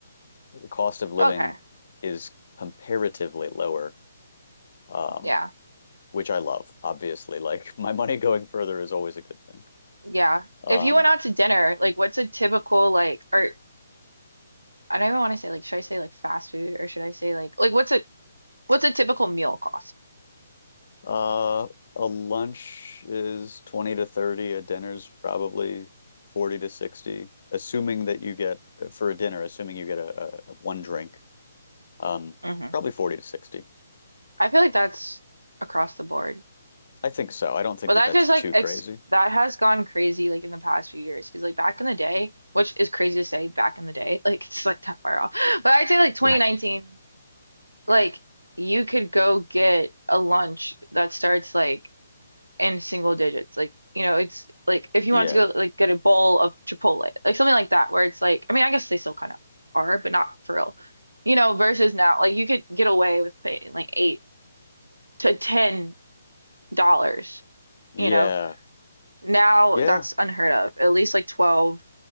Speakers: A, on the left (about 55°); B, on the right (about 80°).
A: the cost of living
B: Okay.
A: is comparatively lower, um,
B: Yeah.
A: which I love, obviously. Like <laughs> my money going further is always a good thing.
B: Yeah.
A: Um,
B: If you went out to dinner, like what's a typical like or I don't even want to say like should I say like fast food or should I say like like what's a what's a typical meal cost?
A: Uh, a lunch is 20 to 30, a dinner's probably 40 to 60, assuming that you get for a dinner, assuming you get a, a a one drink, um,
B: hmm
A: probably 40 to 60.
B: I feel like that's across the board.
A: I think so. I don't think
B: But
A: that
B: that
A: that's
B: just like
A: too
B: ex
A: crazy. <laughs>
B: that has gone crazy like in the past few years because like back in the day, which is crazy to say back in the day, <laughs> like it's like that far off. <laughs> But I'd say like 2019,
A: Right.
B: like you could go get a lunch that starts like in single digits. Like, you know, it's like if you
A: Yeah.
B: wanted to go like get a bowl of Chipotle, like something like that, where it's like, I mean, I guess they still kind of are, but not for real. You know, versus now, like you could get away with paying like eight to ten dollars,
A: Yeah.
B: you know. Now
A: Yeah.
B: that's unheard of. At least like twelve,